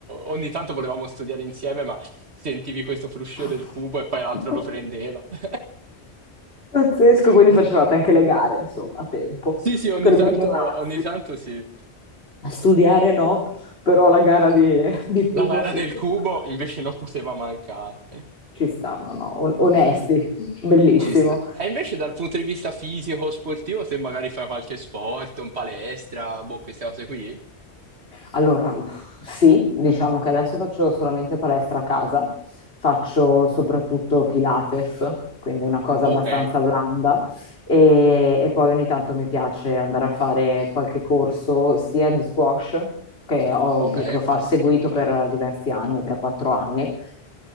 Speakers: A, on the right; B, on the left.
A: ogni tanto volevamo studiare insieme, ma sentivi questo fruscio
B: <laughs>
A: del cubo e poi l'altro lo prendeva. <laughs>
B: Pazzesco, quindi facevate anche le gare, insomma, a tempo,
A: Sì, sì, ogni
B: per
A: tanto,
B: migliorarsi.
A: ogni tanto sì.
B: Studiare no, però la gara di, di Cubo
A: La vara
B: sì,
A: del
B: ci
A: cubo
B: sta,
A: invece non poteva mancare.
B: ci stanno, no? no, on- Onesti, bellissimo.
A: Ci sta. E invece dal punto di vista fisico, sportivo, se magari fai qualche sport, un palestra, boh, queste cose qui.
B: Allora, pff, sì, diciamo che adesso faccio solamente palestra a casa, faccio soprattutto Pilates, quindi una cosa
A: Ok,
B: abbastanza blanda e, e poi ogni tanto mi piace andare a fare qualche corso sia di squash che ho,
A: ok.
B: che ho fa- seguito per diversi anni, 3-4 anni,